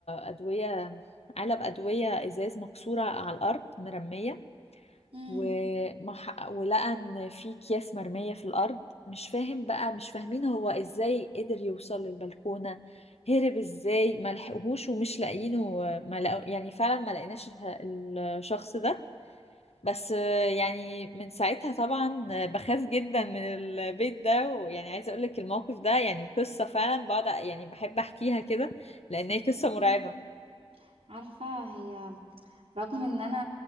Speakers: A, on the left; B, on the right.
A: أدوية علب أدوية إزاز مكسورة على الأرض مرمية
B: امم
A: ومح... ولقى إن في أكياس مرمية في الأرض مش فاهم بقى مش فاهمين هو إزاي قدر يوصل للبلكونة هرب إزاي ما لحقوهوش ومش لاقيينه ما لقو... يعني فعلا ما لقيناش الشخص ده بس آه، يعني من ساعتها طبعا آه، بخاف جدا من البيت ده ويعني عايزه اقول لك الموقف ده يعني قصه فعلا بقعد أ- يعني بحب احكيها كده لان هي قصه
B: امم
A: مرعبه
B: عارفة هي رغم ان انا